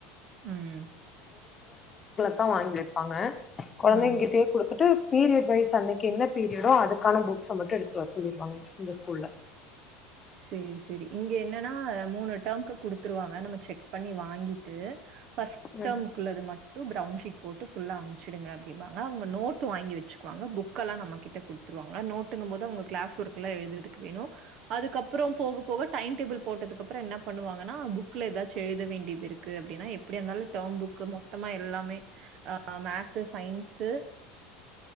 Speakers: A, on the right; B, on the left.
A: உம்
B: தா வாங்கி வைப்பாங்க கொழந்தைங்
A: ம்.
B: கிட்டயே குடுத்துட்டு பீரியட் வைஸ் அன்னிக்கு என்ன பீரியடோ அதுக்கான புக்ஸ்ச மட்டும் எடுத்துட்டு வர சொல்லிருவாங்க இந்த ஸ்கூல்ல
A: சேரி சேரி இங்க என்னன்னா மூணு டேம்க்கு குடுத்துருவாங்க நம்ம செக் பண்ணி வாங்கிட்டு ஃபஸ்ட்
B: ம்
A: ம்முக்குள்ளது மட்டும் டு பிரவுன் ஷீட் போட்டு ஃபுல்லா அம்சுடுங்க அப்டிபாங்க அவுங்க நோட்டு வாங்கி வச்சுக்குவாங்க புக்கல்லா நம்மகிட்ட கொடுத்துருவாங்க நோட்டுங்க போது அவங்க கிளாஸ் ஒர்க் எல்லா எழுதுறதுக் வேணு அதுக்கப்பற போக போக டைம் டேபுள் போட்டதுக்கு அப்பற என்ன பண்ணுவாங்கன்னா புக்கல ஏதாச்சு எழுத வேண்டிதுருக்கு அப்டின்னா எப்டியாந்தாலு டேர்ம் புக்கு மொத்தமா எல்லாமே ஹ் மேக்ஸு சயின்ஸு